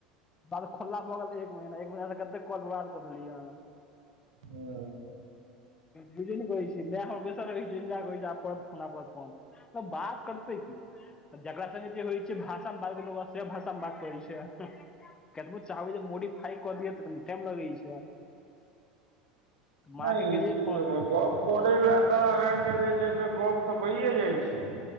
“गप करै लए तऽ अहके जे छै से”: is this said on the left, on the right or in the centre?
Right